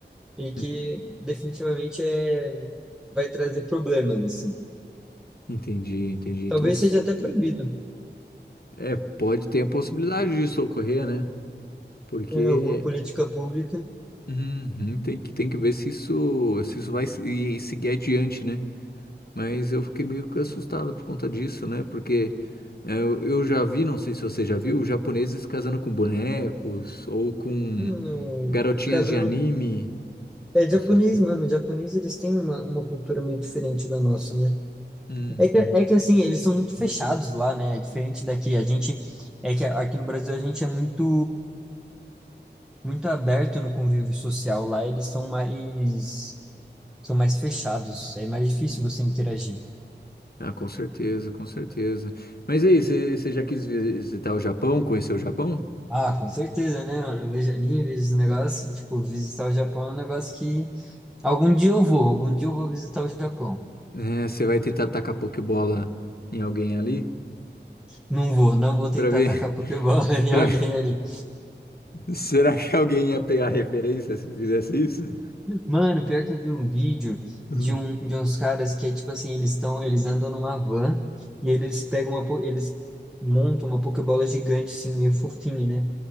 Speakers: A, in the centre; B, on the left.
A: E que
B: Hum,
A: definitivamente é, vai trazer problemas, assim.
B: Entendi, entendi. Então,
A: Talvez
B: s-
A: seja até proibido, né?
B: é, pode ter a possibilidade disso ocorrer, né? Porque
A: É, Alguma política pública.
B: uhum, tem que, tem que ver se isso, se isso vai se- e seguir adiante, né? Mas eu fiquei meio que assustado por conta disso, né? Porque é, eu, eu já vi, não sei se você já viu, japoneses casando com bonecos ou com
A: Hum,
B: garotinhas
A: casando.
B: de anime,
A: É
B: essas
A: japonês, mano. Japonês, eles têm uma, uma cultura meio diferente da nossa, né?
B: coisas.
A: É que, é que assim, eles são muito fechados lá, né? É diferente daqui. A gente é que aqui no Brasil a gente é muito muito aberto no convívio social. Lá eles são mais são mais fechados. É mais difícil
B: Hum.
A: você interagir.
B: Ah, com certeza, com certeza. Mas aí, você você já quis visitar o Japão, conhecer o Japão?
A: Ah, com certeza, né, mano? Eu vejo anime, vejo esse negócio, assim, tipo, visitar o Japão é um negócio que algum dia eu vou, algum dia eu vou visitar o Japão.
B: É, você vai tentar tacar pokebola em alguém ali?
A: Não vou, não vou tentar
B: Pra ver,
A: atacar
B: <laughs>
A: Pokébola <laughs> em
B: pra
A: alguém
B: ver.
A: ali.
B: Será que alguém ia pegar referência se fizesse isso? <laughs>
A: Mano, pior que eu vi um vídeo
B: Hum.
A: de, um, de uns caras que é tipo assim, eles estão, eles andam numa van e eles pegam uma, po- eles montam uma pokebola gigante assim, meio fofinha, né?